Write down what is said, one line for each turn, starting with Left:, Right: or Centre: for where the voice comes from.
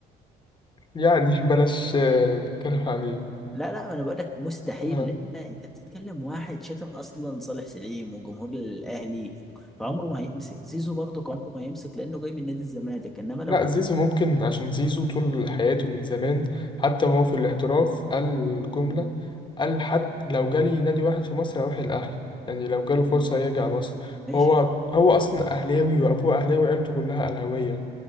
Left: يعني <laughs> بلاش آه، نتكلم عليه
Centre: لا لا ما انا بقول لك مستحيل
Left: آه.
Centre: لان انت بتتكلم واحد شتم اصلا صالح سليم وجمهور الاهلي فعمره ما هيمسك زيزو برضه عمره ما هيمسك لانه جاي من نادي الزمالك انما لو
Left: لا
Centre: كان
Left: زيزو ممكن عشان زيزو طول حياته من زمان حتى وهو في الاحتراف قال الجملة قال حتى لو جالي نادي واحد في مصر هروح الأهلي يعني لو جاله فرصة يرجع مصر
Centre: ماشي
Left: وهو هو أصلا أهلاوي وأبوه أهلاوي وعيلته كلها أهلاوية